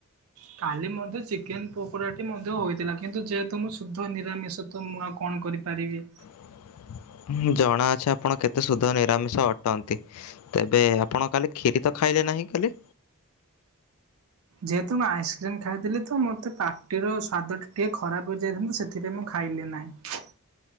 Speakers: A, on the right; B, on the left.
A: କାଲି ମଧ୍ୟ ଚିକେନ ପକୋଡ଼ା ଟି ମଧ୍ୟ ହୋଇଥିଲା। କିନ୍ତୁ ଯେହେତୁ ମୁଁ ଶୁଦ୍ଧ ନିରାମିଷ ତ ମୁଁ ଆଉ କଣ କରିପାରିବେ
B: <inaudible> ହଁ ଜଣା ଅଛି ଆପଣ କେତେ ସୁଧ ନିରାମିଷ ଅଟନ୍ତି। ତେବେ ଆପଣ କାଲି କ୍ଷିରି ତ ଖାଇଲେନି? କାହିଁକି କହିଲେ?
A: ଯେହେତୁ ମୁଁ ଆଇସ୍କ୍ରିମ ଖାଇଥିଲି ତ ମୋତେ ପାଟିର ସ୍ଵାଦ ଟିକେ ଖରାପ ହେଇଯାଇଥା ସେଥିପାଇଁ ମୁଁ ଖା ଖାଇଲି ନାହିଁ।